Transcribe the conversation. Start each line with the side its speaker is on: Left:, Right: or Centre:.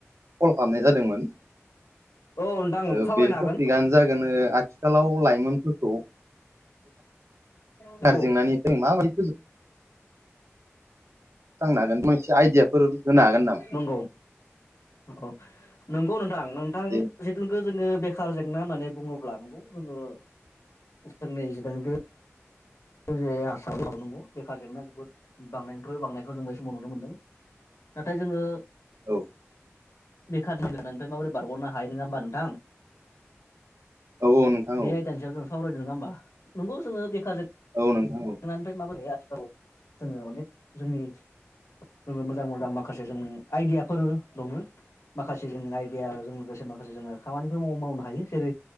Right: कल खालामनाय जादोंमोन
Left: औ नोंथां
Right: ओ
Left: सावरायनो
Right: बे
Left: हागोन
Right: टपिकआनो जागोन ओ आथिखालाव लाइमोनफोरखौ बेखार
Left: नंगौ
Right: जेंनानिफ्राय जों माबायदि फोजोबस्रांनो हागोन मोनसे आइडियाफोर होनो हागोन नामा
Left: नंगौ अ नंगौ नोंथां-नोंथां
Right: दे
Left: जिथुुनाखि जोङो बेखार जेंना होननानै बुङोब्ला नंगौ जोङो जोंनि जिथुुनाखि बे जोंनि आसामाव नंगौ बेखार जेंना जोबोद बांनायनिफ्राय बांनायखौ जों बे समाव नुनो मोन्दों नाथाय जोङो
Right: औ
Left: बेखारनि जेंनानिफ्राय माबोरै बारगनो हायो नङा होमबा नोंथां
Right: औ औ नोंथां
Left: बे
Right: औ
Left: आयदानि सायाव जों सावरायदों नङा होमबा नंगौ जोङो बेखारजों
Right: औ नोंथा औ
Left: नानिफ्राय माबोरै आथिखालाव जोङो अनेक जोंनि जोंङो मोजां मोजां माखासे जों आइदियाफोर दङ माखासे जों आइडियाजों लोगोसे माखासे जोङो खामानिफोर माव- मावनो हायो जेरै